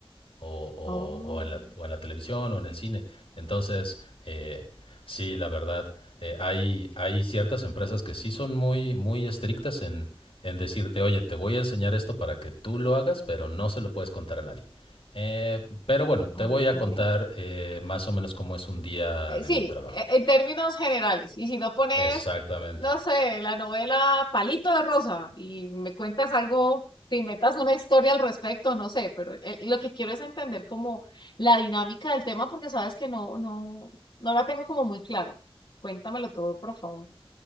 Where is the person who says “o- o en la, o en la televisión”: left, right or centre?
Left